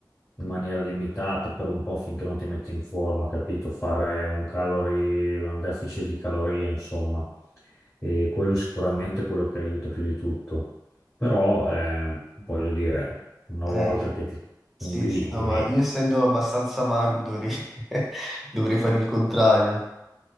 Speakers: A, on the left; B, in the centre.
A: in maniera limitata per un po' finché non ti metti in forma, capito? Fare un calorie, un deficit di calorie, insomma. E quello sicuramente è quello che aiuta più di tutto. Però, eh, voglio dire, una
B: eh,
A: volta che ti
B: sì,
A: sono lì
B: sì, no,
A: e...
B: ma io essendo abbastanza magro dovrei, <laughs> dovrei fare il contrario.